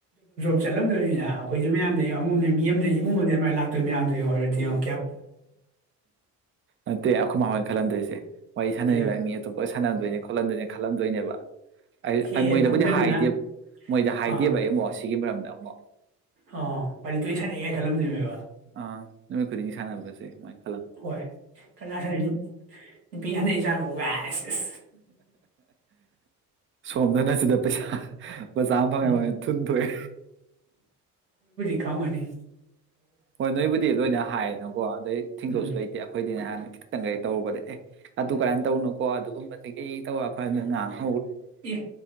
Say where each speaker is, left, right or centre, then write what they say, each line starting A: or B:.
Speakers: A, on the right; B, on the right.
A: ꯆꯠꯂꯝꯗꯅꯤꯅ ꯑꯩꯈꯣꯏꯗꯤ ꯃꯌꯥꯝꯗ ꯌ ꯑꯃꯝ ꯃꯤ ꯑꯗ ꯏꯃꯨꯡꯗ ꯑꯗꯨꯃꯥꯏꯅ ꯂꯥꯛꯇꯣꯏ ꯃꯌꯥꯝꯗꯨ ꯌ ꯑꯣꯏꯔꯗꯤꯌꯣ
B: ꯅꯠꯇꯦ ꯑꯩꯈꯣꯏ ꯃꯥꯣꯏꯅ ꯈꯜꯂꯝꯗꯣꯏꯁꯦ ꯋꯥꯔꯤ ꯁꯥꯟꯅ
A: ꯑꯦ
B: ꯃꯤ ꯑꯇꯣꯞꯄ ꯈꯥꯟꯅꯟꯗꯣꯏꯅꯦ ꯈꯣꯠꯍꯟꯗꯣꯏꯅꯦ ꯈꯜꯍꯟꯗꯣꯏꯅꯦꯕ ꯑꯩ
A: ꯍꯦꯛ ꯍꯦꯛ
B: ꯃꯣꯏꯗꯕꯨꯗꯤ
A: ꯈꯪꯗꯃꯤꯅ
B: ꯍꯥꯏꯗꯦ ꯃꯣꯏꯗ ꯍꯥꯏꯗꯦꯕ
A: ꯑꯥ
B: ꯑꯩ ꯑꯃꯨꯛ ꯑꯁꯤꯒꯤꯒꯤ ꯃꯔꯝꯗ <unintelligible>
A: ꯑꯣ ꯋꯥꯔꯤ ꯇꯣ ꯁꯥꯟꯅ ꯍꯥꯏ ꯈꯜꯂꯝꯗꯣꯏꯅꯦꯕ
B: ꯑꯥ ꯅꯨꯃꯤꯠ ꯈꯨꯗꯤꯡꯒꯤ ꯁꯥꯟꯅꯕꯁꯦ ꯁꯃꯥꯏꯅ
A: ꯍꯣꯏ ꯀꯅꯥ ꯈꯪꯅꯤ ꯅꯨꯄꯤ ꯍꯟꯂꯦ ꯏꯆꯥꯥ ꯂꯧ ꯒꯥꯏ ꯑꯦꯁ ꯑꯦꯁ
B: ꯐꯣꯝꯗꯅ ꯁꯤꯗ ꯄꯩꯁꯥ ꯆꯥ ꯑꯃ ꯐꯪꯉꯥꯏ
A: ꯎꯝ
B: ꯐꯉꯦ ꯊꯨꯟꯊꯑꯦ
A: ꯈꯪ ꯑꯅꯤ
B: ꯍꯣꯏ ꯅꯣꯏꯕꯨꯗꯤ ꯂꯣꯏꯅ ꯍꯥꯏꯌꯦꯅꯀꯣ ꯑꯗꯩ ꯊꯤꯡꯗꯁꯨ
A: ꯎꯝ
B: ꯂꯩꯇꯦ ꯑꯩꯈꯣꯏꯗꯤꯅꯦꯍꯥꯟꯅ ꯈꯤꯇꯪ ꯀꯩ ꯇꯔꯕꯅꯦ ꯑ ꯇꯨ
A: ꯎꯝ
B: ꯀꯔꯦ ꯇꯧꯅ ꯀꯣ ꯑꯗꯨꯒꯨꯝꯕꯗꯒꯤ ꯀꯩ ꯇꯧꯔ ꯑꯩꯣꯏꯗ ꯉꯥꯡꯉ
A: ꯑꯦ